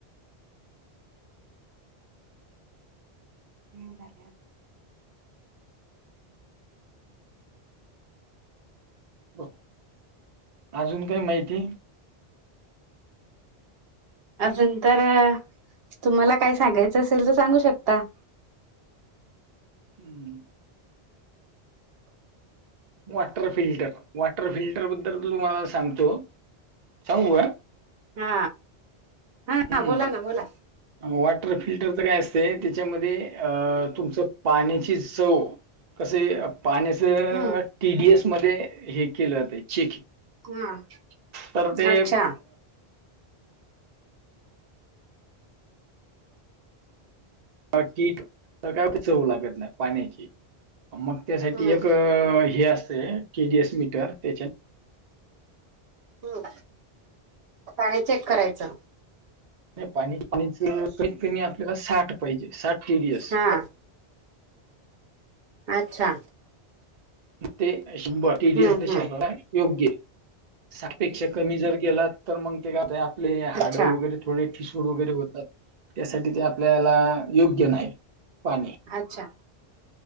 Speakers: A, on the right (about 45°); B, on the right (about 65°).
A: हे झाले. बघ अजून काय माहिती?
B: अजून तर तुम्हाला काय सांगायचं असेल तर सांगू शकता.
A: हम्म. वॉटर फिल्टर वॉटर फिल्टर बद्दल तुमला सांगतो. चछव आहे.
B: हा हा
A: हम्म
B: हा बोला ना बोला.
A: वॉटर फिल्टर तर काय असते त्याच्यामध्ये अ तुमचं? पाण्याची चव कस पाण्याचं.
B: हम्म
A: टीडीएस मध्ये हे केलं ते चेकिंग
B: हा
A: तर ते
B: अच्छा
A: ह ठीक. तर कायचव लागत नाही पाण्याची मग त्यासाठी
B: हम्म
A: एक हे असते. केडीएस मीटर त्याच्या
B: ह् आणि चेक करायचं.
A: नाही पाणी पाणीच कमीत कमी आपल्याला साठ पाहिजे साठ टीडी एस.
B: हा. अच्छा.
A: ते शभर टीडीएस
B: हम्म
A: ला
B: हम्म
A: श योग्य साठपेक्षा कमी जर गेला तर मग ते काता आपले हाडं
B: अच्छा
A: वगैरे थोडे ठिसवड वगैरे होतात. त्यासाठी ते आपल्याला योग्य नाही पाणी
B: अच्छा.